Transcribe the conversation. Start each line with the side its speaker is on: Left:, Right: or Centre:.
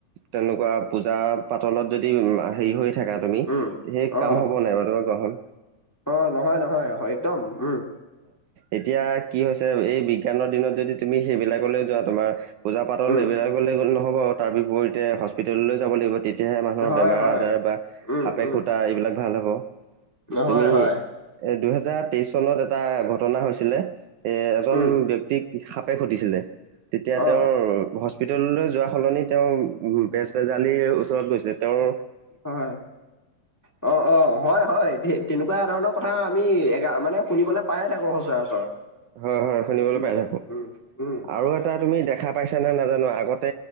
Right: তেনেকুৱা পূজা পাতলত যদি হেৰি হৈ থাকা তুমি
Left: উম।
Right: সেই
Left: অ',
Right: কাম হ'ব নাই ব তোমাৰ কোৱা হোন
Left: অ, নহয়, নহয়, হয় একদম উম।
Right: এতিয়া কি হৈছে এই বিজ্ঞানৰ দিনত যদি তুমি সেইবিলাকলৈ যোৱা তোমাৰ পূজা পাতল
Left: উম,
Right: এইবিলাকলে গ'ল নহ'ব। তাৰ বিপৰীতে হস্পিটেললৈ যাব লাগিব তি তেতিয়াহে মানুহৰ
Left: হয়,
Right: বেমাৰ
Left: হয়।
Right: আজাৰ বা
Left: উম,
Right: সাপে
Left: উম,
Right: খুটা এইবিলাক ভাল হ'ব। তুমি
Left: হয়, হয়,
Right: এ দুহেজাৰ তেইশ চনত এটা ঘটনা হৈছিলে। এ এজন
Left: উম,
Right: ব্যয়ক্তিক সাপে খুটিছিলে তেতিয়া
Left: অ',
Right: তেওঁৰ হস্পি হস্পিটললৈ যোৱা সলনি তেওঁ বেজবেজালিৰ ওচৰত গৈছিলে তেওঁ
Left: হয়, অ, অ, হয়, হয় তেনেকুৱা ধৰণৰ কথা। আমি এ মানে শুনিবলৈ পাইে থাকো সচৰাচৰ
Right: হয়, হয়, শুনিবলৈ
Left: উম,
Right: পাই থাকো
Left: উম, উম,
Right: আৰু এটা তুমি দেখা পাইছে নে নাজানো আগতে